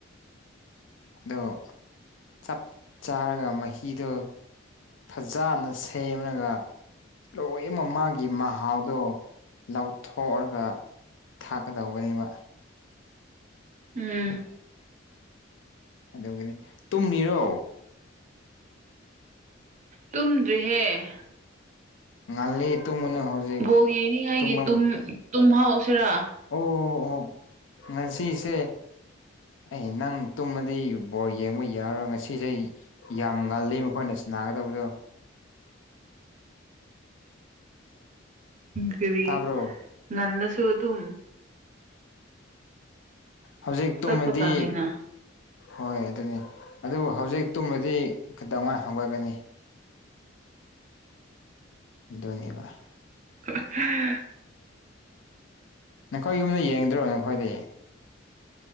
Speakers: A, on the left; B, on the right.
A: ꯑꯗꯣ ꯆꯞ ꯆꯥꯔꯒ ꯃꯍꯤꯗꯣ ꯐꯖꯅ ꯁꯦꯝꯂꯒ ꯂꯣꯏꯅꯃꯛ ꯃꯥꯒꯤ ꯃꯍꯥꯎꯗꯣ ꯂꯧꯊꯣꯛꯑꯒ ꯊꯥꯛꯀꯗꯧꯕꯅꯤꯕ
B: ꯎꯝ
A: ꯑꯗꯨꯒꯅꯤ ꯇꯨꯝꯃꯤꯔꯣ
B: ꯇꯨꯝꯗ꯭ꯔꯤꯍꯦ
A: ꯉꯜꯂꯤ ꯇꯨꯝꯒꯅꯨ ꯍꯧꯖꯤꯛ
B: ꯕꯣꯜ ꯌꯦꯡꯅꯤꯡꯉꯥꯏꯒꯤ
A: ꯇꯨꯝꯐꯝ
B: ꯇꯨꯝ ꯇꯨꯝꯍꯧꯁꯤꯔꯥ
A: ꯑꯣ ꯑꯣ ꯉꯁꯤꯁꯦ ꯑꯩ ꯅꯪ ꯇꯨꯝꯃꯗꯤ ꯕꯣꯔ ꯌꯦꯡꯕ ꯌꯥꯔꯔꯣꯏ ꯉꯁꯤꯁꯦ ꯌꯥꯝ ꯉꯜꯂꯤ ꯃꯈꯣꯏꯅ ꯁꯅꯥꯒꯗꯕꯗꯣ
B: ꯀꯔꯤ
A: ꯇꯥꯕ꯭ꯔꯣ
B: ꯅꯜꯂꯁꯨ ꯑꯗꯨꯝ
A: ꯍꯧꯖꯤꯛ ꯇꯨꯝꯃꯗꯤ
B: ꯆꯠꯄ ꯇꯥꯔꯦꯅ
A: ꯍꯣꯏ ꯑꯗꯨꯅꯤ ꯑꯗꯨꯕꯨ ꯍꯧꯖꯤꯛ ꯇꯨꯝꯃꯗꯤ ꯀꯩꯗꯧꯉꯩ ꯍꯧꯒꯠꯀꯅꯤ ꯑꯗꯨꯅꯦꯕ
B: <inaudible>
A: ꯅꯈꯣꯏ ꯌꯨꯝꯗ ꯌꯦꯡꯗ꯭ꯔꯣ ꯅꯈꯣꯏꯗꯤ